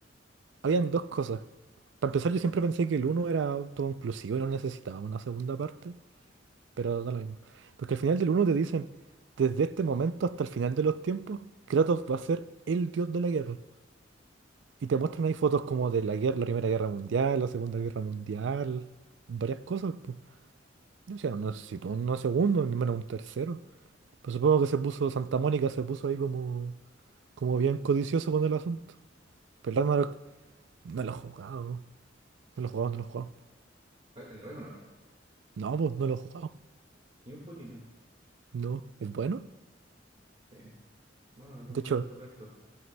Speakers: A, on the right (about 70°); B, on the right (about 30°).
A: habían dos cosas. Para empezar, yo siempre pensé que el uno era autoconclusivo y no necesitaba una segunda parte. pero da lo mismo. Porque al final del uno te dicen, desde este momento hasta el final de los tiempos, Kratos va a ser el dios de la guerra. Y te muestran ahí fotos como de la guerra, la Primera Guerra Mundial, la Segunda Guerra Mundial, varias cosas. pues. o sea no necesito un segundo, ni menos un tercero. Pero supongo que se puso, Santa Mónica se puso ahí como, como bien codicioso con el asunto. Pero Ragnarok no lo he jugado, no lo he jugado, no lo he jugado.
B: El Ragnarok,
A: No, pues no lo he jugado.
B: ni un poquito.
A: No, es bueno.
B: sí. Bueno, algún
A: De hecho,
B: día te lo presto.